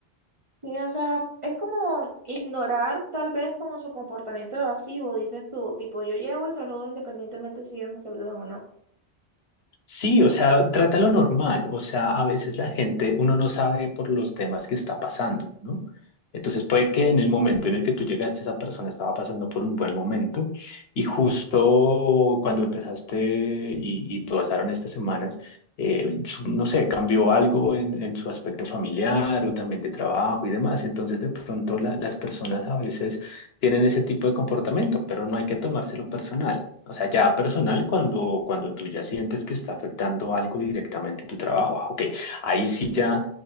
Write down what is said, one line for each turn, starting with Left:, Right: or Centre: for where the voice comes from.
Right: Sí, o sea, es como ignorar tal vez como su comportamiento evasivo, dices tú, tipo yo llevo y saludo independientemente si ellos me saludan o no.
Left: Sí, o sea, trátalo normal. O sea, a veces la gente, uno no sabe por los temas que está pasando, ¿no? Entonces puede que en el momento en el que tú llegaste, esa persona estaba pasando por un buen momento y justo cuando empezaste y, y pasaron estas semanas, eh, su- no sé, cambió algo en, en su aspecto familiar o también de trabajo y demás. Entonces de pronto la- las personas a veces tienen ese tipo de comportamiento, pero no hay que tomárselo personal. O sea, ya personal, cuando, cuando tú ya sientes que está afectando algo directamente tu trabajo, ah, ok, ahí sí ya,